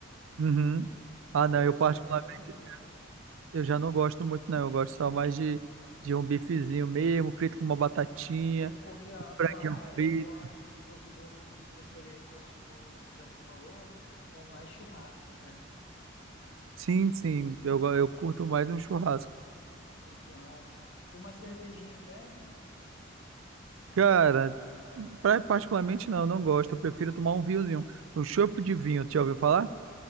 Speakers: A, on the right; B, on the left.
A: Uhum. Ah,
B: Eu
A: não,
B: posso
A: eu particularmente
B: comer tranquilo.
A: eu já não gosto muito, não. Eu gosto só mais de, de um bifezinho mesmo, frito com uma batatinha,
B: Po- Porque a
A: um
B: tua
A: franguinho
B: área,
A: frito.
B: eu acho os teus gostos de preferência, acho que como você já me falou, é mais churrasco, né?
A: Sim, sim, eu, go- eu curto mais um churrasco.
B: Um churrasco. E uma cervejinha bebe?
A: Cara, pra, particularmente não, eu não gosto. Eu prefiro tomar um vinhozinho, um chopp de vinho. Tu já ouviu falar?